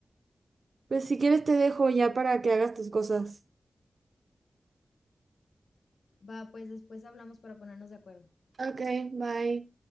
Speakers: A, on the right; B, on the left.
A: Pues si quieres te dejo ya para que hagas tus cosas.
B: Va, pues después hablamos para ponernos de acuerdo.
A: Ok, bye.